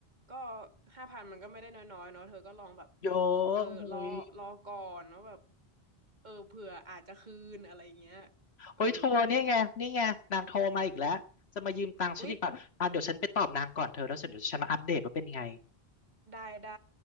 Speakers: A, on the right; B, on the left.
A: ก็ห้าพันมันก็ไม่ได้น้อยๆเนาะเธอก็ลองแบบ
B: เยอะหุย
A: เออรอรอก่อนว่าแบบเออเผื่ออาจจะคืนอะไรเงี้ยเออ
B: เฮ้ยโทรเนี่ยไง นี่ไง นางโทรมาอีกแล้ว จะมายืมตังค์ฉันอีกป่ะอ่ะเดี๋ยวฉันไปตอบนางก่อนเธอแล้วเสร็จเดี๋ยวฉันมาอัปเดตว่าเป็นไง
A: อุ๊ยได้ได้